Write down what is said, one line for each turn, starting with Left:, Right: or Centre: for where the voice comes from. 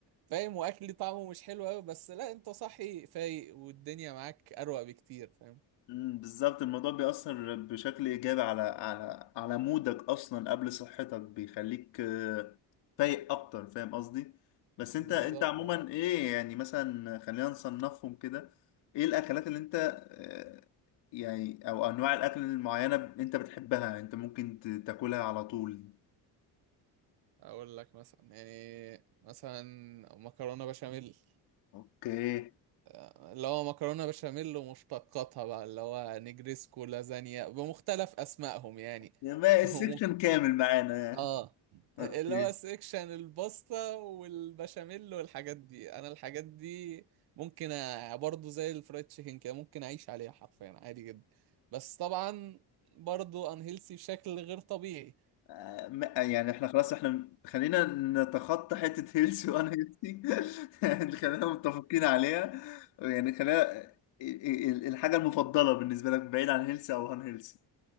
Right: فاهم واكل طعمه مش حلو قوي بس لا انت صاحي فايق والدنيا معاك اروق بكتير فاهم
Left: مم، بالظبط الموضوع بيأثر بشكل إيجابي على على على مودك أصلا قبل صحتك بيخليك آه، فايق أكتر فاهم قصدي؟ بس
Right: بالظبط
Left: أنت أنت عموما
Right: اه
Left: إيه يعني مثلا خلينا نصنفهم كده إيه الأكلات اللي أنت آه، يعني أو أنواع الأكل المعينة أنت بتحبها أنت ممكن ت- تاكلها على طول
Right: اقول لك مثلا يعني مثلا مكرونه بشاميل
Left: أوكي
Right: آه، اللي هو مكرونه بشاميل ومشتقاتها بقى اللي هو نجريسكو لازانيا بمختلف اسمائهم يعني
Left: يبقى
Right: <laughs>
Left: السكشن كامل معانا يعني
Right: اه
Left: أوكي
Right: اللي هو سيكشن الباستا والبشاميل والحاجات دي انا الحاجات دي ممكن أ- برضو زي الفرايد تشيكن كده ممكن اعيش عليها حرفيا عادي جدا بس طبعا برضو انهيلسي بشكل غير طبيعي
Left: آه، ما- يعني احنا خلاص احنا خلينا نتخطى حتة هيلثي وانا هيلثي <laughs> يعني خلينا متفقين عليها يعني خلينا ال- ال- الحاجة المفضلة بالنسبة لك بعيد عن هيلثي او هان هيلثي